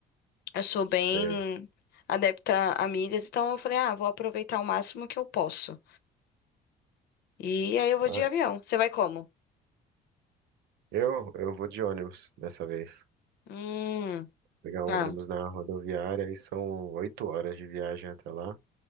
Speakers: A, on the left; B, on the right.
A: eu sou bem
B: Sei.
A: adepta a milhas, então eu falei, ah, vou aproveitar o máximo que eu posso. E aí eu vou
B: Ah,
A: de avião. Você vai como?
B: eu, eu vou de ônibus dessa vez.
A: Hum,
B: Pegar
A: tá.
B: um ônibus na rodoviária e são oito horas de viagem até lá.